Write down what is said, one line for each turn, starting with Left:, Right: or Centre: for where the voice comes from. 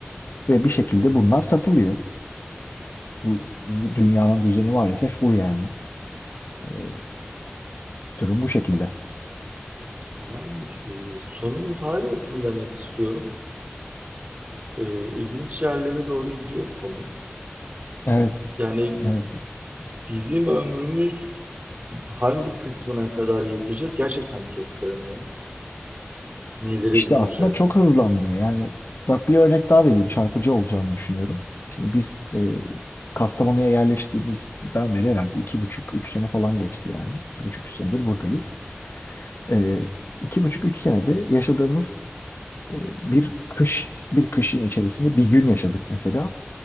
Left: ve bir şekilde bunlar satılıyor. Bu, bu dünyanın düzeni maalesef bu yani. Ee, durum bu şekilde.
Right: yani e, sonumuz hayır olsun demek istiyorum. E, ilginç yerlere doğru gidiyor konu.
Left: Evet,
Right: Yani
Left: evet.
Right: bizim ömrümüz hangi kısmına kadar yetecek gerçekten kestiremiyorum. Neleri
Left: İşte
Right: göreceğiz?
Left: aslında çok hızlandı yani. Bak bir örnek daha vereyim çarpıcı olacağını düşünüyorum. Şimdi biz e, Kastamonu'ya yerleştiğimizden beri herhalde iki buçuk, üç sene falan geçti yani. İki buçuk, üç senedir buradayız. Ee, iki buçuk, üç senede yaşadığımız E, bir kış bir kışın içerisinde bir gün yaşadık mesela.